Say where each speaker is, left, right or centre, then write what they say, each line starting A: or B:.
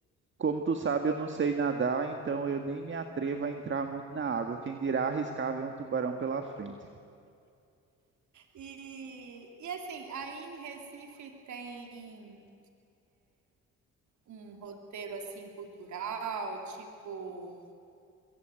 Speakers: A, on the right (about 40°); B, on the right (about 70°).
A: como tu sabe, eu não sei nadar, então eu nem me atrevo a entrar muito na água. Quem dirá arriscar ver um tubarão pela frente.
B: e, e assim, aí em Recife tem um roteiro assim cultural, tipo